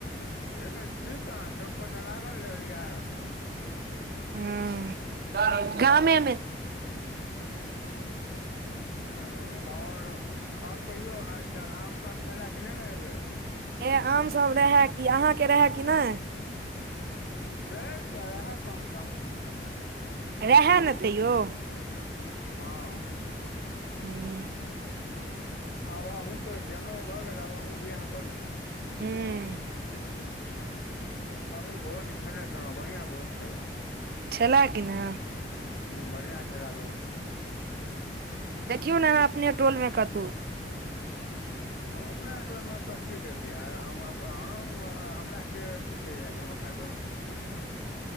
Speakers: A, on the left (about 65°); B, on the right (about 55°).
A: लेकिन छी कहाँ चौक पर त लागल रहैया।
B: हं गामे मे
A: ओ और-और कहियौ हालचाल आमसभ छलै कि नै अय बेर।
B: ए आमसभ रहए की अहाँके रहए कि नै।
A: रहे त रहै कम सम।
B: रहै न तैयौ।
A: हँ।
B: हं।
A: आब अहूँके जनउ भ गेल आब अहूँ बिआह करू।
B: हूँ।
A: हमु भोज खेने छलौं बढ़िआँ भोज छलै।
B: छलै की ने।
A: हं बढ़ियां छेला व्यवस्था।
B: देखियौ ने अहाँ अपने टोलमे कतौ।
A: हम अपना टोलमे कथी देखियै आय हम-हम हमरा के पूछैया जे हम अपना टोलमे पूछियै।